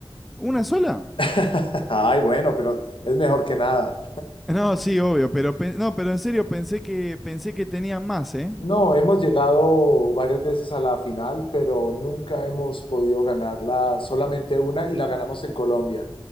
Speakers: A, in the centre; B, on the left (about 70°).
A: ¿Una sola?
B: <laughs> Ay, bueno, pero es mejor que nada.
A: No, sí, obvio, pero pe- no, pero en serio pensé que pensé que tenían más, ¿eh?
B: No, hemos llegado varias veces a la final, pero nunca hemos podido ganarla, solamente una y la ganamos en Colombia.